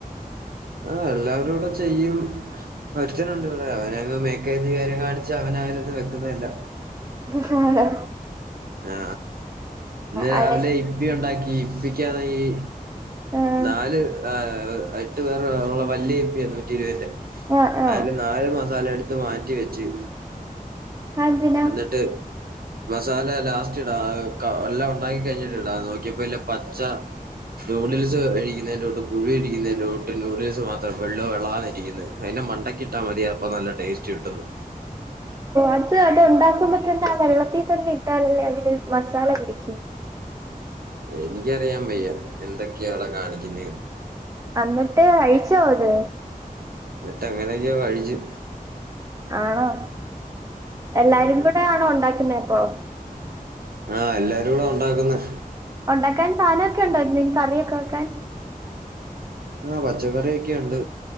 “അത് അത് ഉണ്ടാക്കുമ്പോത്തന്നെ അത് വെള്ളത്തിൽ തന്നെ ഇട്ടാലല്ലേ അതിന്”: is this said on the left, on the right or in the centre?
Right